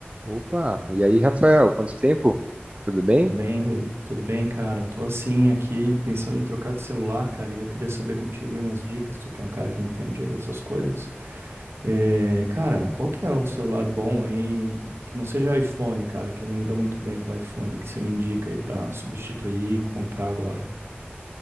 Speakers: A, on the right; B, on the right.
A: Opa, e aí, Rafael, quanto tempo? Tudo bem?
B: Tudo bem, Pe- tudo bem, cara. Tô assim aqui pensando em trocar de celular, cara, e eu queria saber contigo aí umas dicas, tu que é um cara que entende aí dessas coisas. É, cara, qual que é o celular bom aí, que não seja iPhone, cara, que eu não me dou muito bem com iPhone, que você me indica aí pra substituir e comprar agora?